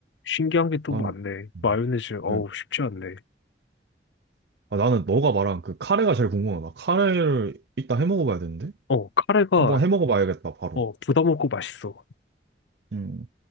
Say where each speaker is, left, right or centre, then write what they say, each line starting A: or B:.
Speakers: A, on the left; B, on the right.
A: 신기한 게 또
B: 난,
A: 많네.
B: 음,
A: 마요네즈, 어우,
B: 네.
A: 쉽지 않네.
B: 아, 나는 너가 말한 그 카레가 제일 궁금하다. 카레를 이따 해 먹어봐야 되는데?
A: 어, 카레가,
B: 한번 해 먹어봐야겠다, 바로.
A: 어, 부담 없고 맛있어.
B: 음.